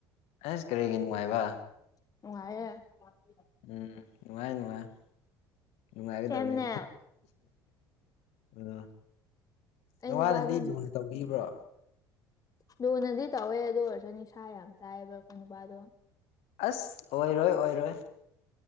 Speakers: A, on the left; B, on the left.
A: ꯑꯁ ꯀꯔꯤꯒꯤ ꯅꯨꯡꯉꯥꯏꯕ
B: ꯅꯨꯡꯉꯦ ꯎ
A: ꯎꯝ ꯅꯨꯡꯉꯥꯏ ꯅꯨꯡꯉꯥꯏ ꯅꯨꯡꯉꯥꯏꯒꯗꯕꯅꯤ
B: ꯁꯦꯝꯅꯦ
A: ꯎꯝ
B: ꯑꯩ
A: ꯅꯪꯉ
B: ꯅꯨꯄꯥꯗꯣ
A: ꯅꯗꯤ ꯂꯨꯅ ꯇꯧꯕꯤꯕ꯭ꯔꯣ
B: ꯂꯨꯅꯗꯤ ꯇꯧꯋꯦ ꯑꯗꯨ ꯑꯣꯏꯔꯁꯨ ꯅꯤꯁꯥ ꯌꯥꯝ ꯇꯥꯏꯑꯕ ꯑꯩꯈꯣꯏ ꯅꯨꯄꯥꯗꯣ
A: ꯑꯁ ꯑꯣꯏꯔꯣꯏ ꯑꯣꯏꯔꯣꯏ